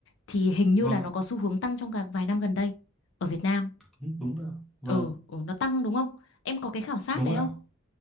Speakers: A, on the left (about 70°); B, in the centre.
A: thì hình như
B: Vâng
A: là nó
B: ạ
A: có xu hướng tăng trong cả vài năm gần đây ở Việt Nam.
B: đúng đúng rồi vâng
A: Ừ, ừ nó tăng đúng không? Em có cái khảo sát
B: đúng
A: đấy
B: rồi
A: không?
B: ạ